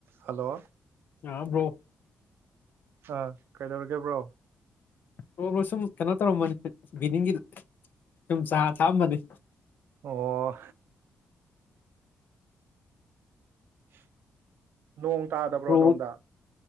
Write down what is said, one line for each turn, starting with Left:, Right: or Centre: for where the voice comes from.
Right: hello
Left: ꯑꯥꯕ꯭ꯔꯣ
Right: ꯑ ꯀꯩꯗꯧꯔ ꯕ꯭ꯔꯣ
Left: ꯑꯣ ꯁꯨꯝ ꯀꯩꯅꯣ ꯇꯧꯔꯝꯕꯅꯤ ꯕꯤꯅꯤꯡꯒꯤ ꯁꯨꯝ ꯆꯥ ꯊꯛꯑꯝꯕꯅꯤ
Right: ꯑꯣ <unintelligible> ꯅꯣꯡ ꯇꯥꯗꯕ꯭ꯔꯣ
Left: ꯕ꯭ꯔꯣꯕꯨ
Right: ꯑꯗꯣꯝꯗ